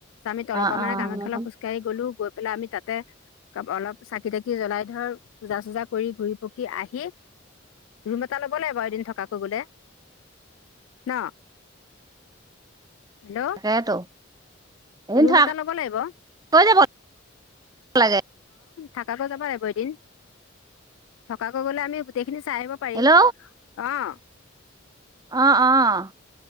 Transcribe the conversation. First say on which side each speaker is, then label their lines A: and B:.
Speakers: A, on the left; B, on the right.
A: আমি তলৰ
B: অ', অ',
A: পা মানে কামাখ্যালে
B: অ'।
A: খোজকাঢ়ি গলো গৈ পেলাই আমি তাত অলপ চাকি তাকি জ্বলাই ধৰ পূজা চূজা কৰি ঘূৰি পকি আহি ৰুম এটা ল'ব লাগিব এদিন থকাকৈ গলে ন হেল্ল'
B: তাকেতো এদিন
A: ৰুম
B: থ
A: এটা ল'ব লাগিব অ
B: কৈ যাব লাগে।
A: থাকাকৈ যাবা লাগিব এদিন থকাকৈ গ'লে আমি গোটেই খিনি চাই আহিব পাৰিম
B: হেল্ল'
A: অহ
B: অ', অ'